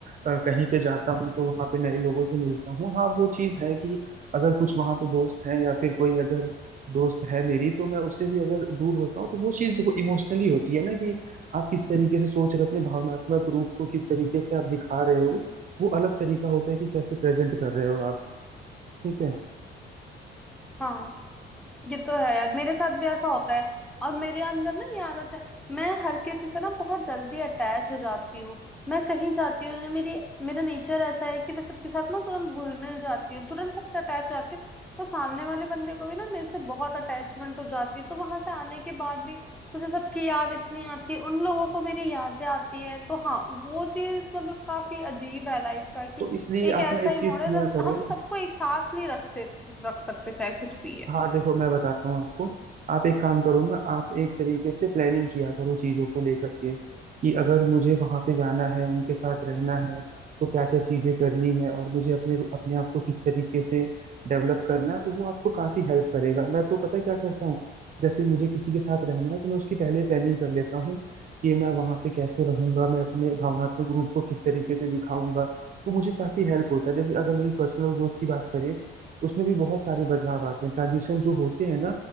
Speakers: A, on the right; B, in the centre.
A: अ, कहीं पे जाता हूँ तो वहां पे नए लोगों से मिलता हूँ हाँ वो चीज है कि अगर कुछ वहां पे दोस्त हैं या फिर कोई अगर दोस्त है मेरी तो मैं उससे भी अगर दूर होता हूँ तो वो चीज देखो इमोशनली होती है ना कि आप किस तरीके से सोच रहे हो अपने भावनात्मक रूप को किस तरीके से आप दिखा रहे हो वो अलग तरीका होता है कि कैसे प्रेजेंट कर रहे हो आप ठीक है
B: हाँ ये तो है यार मेरे साथ भी ऐसा होता है और मेरे अंदर ना ये आदत है मैं हर किसी से ना बहुत जल्दी अटैच हो जाती हूँ मैं कहीं जाती हूँ ना मेरी मेरा नेचर ऐसा है कि मैं सबके साथ ना तुरंत घुल मिल जाती हूँ तुरंत सबसे अटैच हो जाती हूँ तो सामने वाले बंदे को भी ना मेरे से बहुत अटैचमेंट हो जाती है तो वहां से आने के बाद भी मुझे सबकी याद इतनी आती है उन लोगों को मेरी यादें आती है तो हाँ वो चीज मतलब काफी अजीब है लाइफ का कि
A: तो इसलिए
B: एक
A: आप
B: ऐसा
A: ना एक
B: ही
A: चीज
B: मोड़ है
A: किया
B: जब
A: करो
B: हम सबको एक साथ नहीं रख से रख सकते चाहे कुछ भी है
A: हाँ देखो मैं बताता हूँ आपको आप एक काम करो ना आप एक तरीके से प्लानिंग किया करो चीजों को लेकर के कि अगर मुझे वहां पे जाना है उनके साथ रहना है तो क्या क्या चीजें करनी है और मुझे अपने अपने आप को किस तरीके से डेवलप करना है तो वो आपको काफी हेल्प करेगा मैं तो पता है क्या करता हूँ जैसे मुझे किसी के साथ रहना है तो मैं उसकी पहले प्लानिंग कर लेता हूँ कि मैं वहां पे कैसे रहूंगा मैं अपने भावनात्मक रूप को किस तरीके से दिखाऊंगा तो मुझे काफी हेल्प होता है जैसे अगर मेरी पर्सनल ग्रोथ की बात करें उसमें भी बहुत सारे बदलाव आते हैं ट्रांजिशन जो होते हैं ना